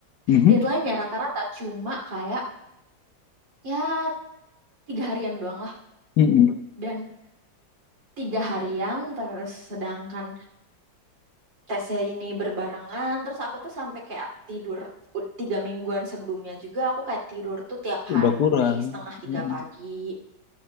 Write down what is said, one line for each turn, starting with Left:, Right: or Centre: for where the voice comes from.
Left: Mhm.
Right: deadline-nya rata-rata cuma kayak ya tiga harian doang
Left: Mhm.
Right: dan tiga harian terus sedangkan tesnya ini berbarengan terus aku tuh sampai kayak tidur tiga mingguan sebelumnya juga aku kayak tidur tuh tiap
Left: Udah
Right: hari
Left: kurang.
Right: setengah tiga
Left: Mhm.
Right: pagi